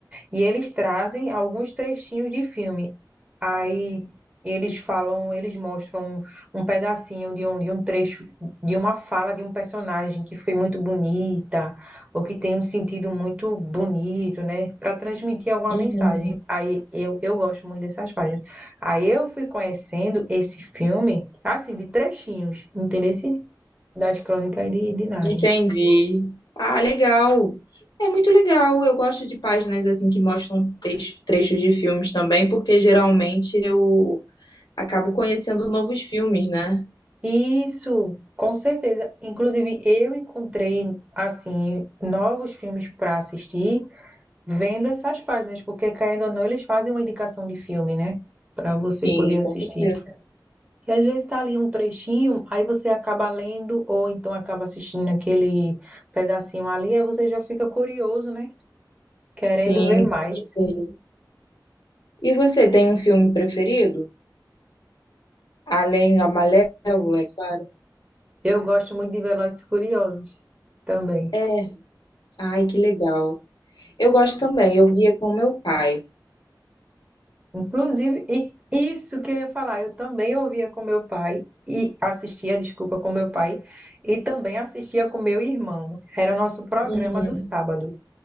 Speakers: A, on the right; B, on the left.
A: E eles trazem alguns trechinhos de filme. Aí eles falam, eles mostram um pedacinho de um, de um trecho, de uma fala de um personagem que foi muito bonita, ou que tem um sentido muito bonito, né? Para transmitir alguma
B: Uhum.
A: mensagem. Aí eu, eu gosto muito dessas páginas. Aí eu fui conhecendo esse filme, assim, de trechinhos, entendeu? das Crônicas de, de Nárnia.
B: Entendi. Ah, legal. É muito legal. Eu gosto de páginas assim que mostram tex- trechos de filmes também, porque geralmente eu acabo conhecendo novos filmes, né?
A: Isso, com certeza. Inclusive, eu encontrei, assim, novos filmes para assistir vendo essas páginas, porque, querendo ou não, eles fazem uma indicação de filme, né? Para você
B: Sim,
A: poder assistir.
B: com certeza.
A: E às vezes tá ali um trechinho, aí você acaba lendo, ou então acaba assistindo aquele pedacinho ali, aí você já fica curioso, né? Querendo
B: Sim,
A: ver mais.
B: com certeza. E você tem um filme preferido? Além da Malévola, é claro.
A: Eu gosto muito de Velozes e Furiosos também.
B: É. Ai, que legal. Eu gosto também, eu via com meu pai.
A: Inclusive, e isso que eu ia falar, eu também ouvia com meu pai e assistia, desculpa, com meu pai e também assistia com meu irmão. Era o nosso programa
B: Uhum.
A: do sábado.